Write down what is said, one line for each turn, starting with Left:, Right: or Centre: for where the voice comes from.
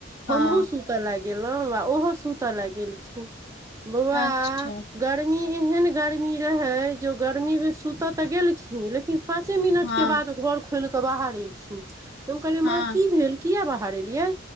Right: हमहुँ
Left: हँ
Right: सुतऽ लए गेलहुँ आ ओहो सुतऽ ल गेलखिन बौआ
Left: अच्छा
Right: गर्मी एहेन गर्मी रहे जो गर्मी मे सुत तऽ गेलखिन लेकिन पाँचे मिनटके
Left: हँ
Right: बाद घर खोलिकऽ बाहर एलखिन तऽ हम कहलियै माँ
Left: हँ
Right: की भेल किये बाहर एलियै